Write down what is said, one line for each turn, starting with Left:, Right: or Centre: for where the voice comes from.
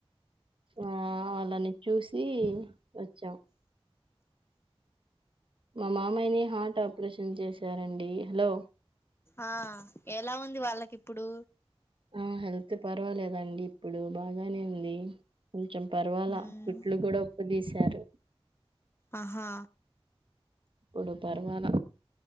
Right: ఆ వాళ్ళని చూసి వచ్చాం మా మామయ్యని హార్ట్ ఆపరేషన్ చేశారండి హలో
Left: ఆ ఎలా ఉంది వాళ్ళకి ఇప్పుడు
Right: ఆ హెల్త్ పర్వాలేదండి ఇప్పుడు బాగానే ఉంది కొంచెం పర్వాలా
Left: ఉమ్
Right: కుట్లు కూడా ఉప్పుదీశారు
Left: ఆహా
Right: ఇప్పుడు పర్వాల